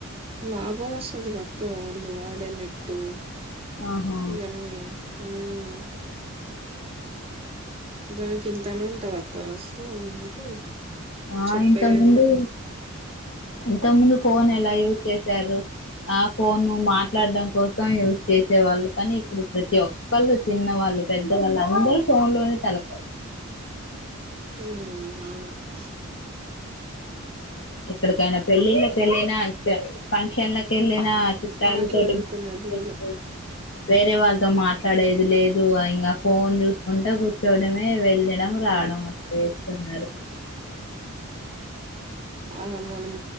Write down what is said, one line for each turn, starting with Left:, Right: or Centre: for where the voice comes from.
Right: లాభం వస్తదిగా అక్క వాళ్ళు వాడే నట్టు
Left: ఆహా
Right: ఇక అన్ని ఉమ్ దానికి ఇంతనే ఉంటది అక్క సో అందుకే
Left: ఆ
Right: చెప్పేది
Left: ఇంత ముందు ఇంత ముందు ఫోన్ ఎలా యూజ్ చేశారు ఆ ఫోను మాట్లాడడం కోసం యూజ్ చేసే వాళ్ళు కానీ ఇప్పుడు ప్రతి ఒక్కళ్ళు చిన్న వాళ్ళు ళ్ పెద్దవాళ్ళు అందరూ ఫోన్ లోనే తలప
Right: ఉహ్ అవును అక్క
Left: ఇక్కడికైనా పెళ్ళిళ్ళ ళ్ళిన ఫంక్షన్ లకి వెళ్ళిన చుట్టాల
Right: మాట్లాడుకునేది
Left: తోటి కూర్చొ
Right: లేదు
Left: వేరే వాళ్ళతో మాట్లాడేది లేదు ఇంకా ఫోన్ చూసుకుంటే కూర్చోడమే వెళ్ళడం రా డం అంతే చేస్తున్నారు
Right: ఆ మనం